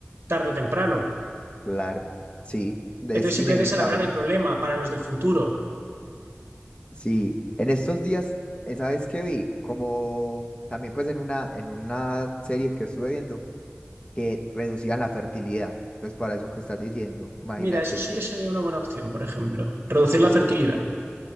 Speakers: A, on the right (about 55°); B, on the left (about 25°).
A: tarde o temprano.
B: Claro, sí, es
A: Entonces simplemente
B: inevitable.
A: es alargar el problema para los del futuro.
B: Sí, en estos días, esa vez que vi, como también pues en una, en una serie que estuve viendo, que reducían la fertilidad. pues para eso que estás diciendo, imagínate
A: Mira, eso sí
B: que
A: que sería una buena opción, por ejemplo. Reducir la fertilidad.